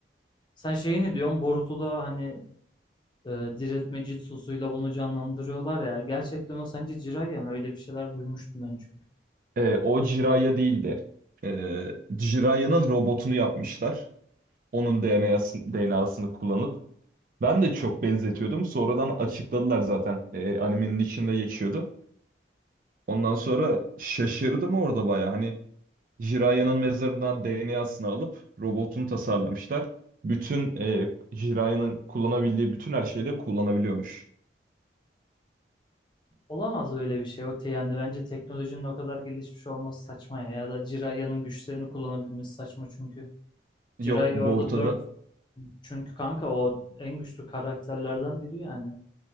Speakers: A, on the left; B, on the right.
A: Sen şeyi ne diyorsun? Boruto'da hani e, diriltme jutsusuyla bunu canlandırıyorlar ya. Gerçekten o sence Jiraiya mı? Öyle bir şeyler duymuştum ben çünkü.
B: E, o Jiraiya değildi. E, Jiraiya'nın robotunu yapmışlar. Onun DNA'sını, DNA'sını kullanıp Ben de çok benzetiyordum. Sonradan açıkladılar zaten. E, animenin içinde geçiyordu. Ondan sonra şaşırdım orada baya. Hani Jiraiyan'ın mezarından DNA'sını alıp robotunu tasarlamışlar. Bütün e, Jiraiyan'ın kullanabildiği bütün her şeyle kullanabiliyormuş.
A: Olamaz öyle bir şey Öte yani bence teknolojinin o kadar gelişmiş olması saçma ya ya da Jiraiya'nın güçlerini kullanabilmesi saçma çünkü Jiraiya
B: Yok Boruto'da
A: orada dört çünkü kanka o en güçlü karakterlerden biri yani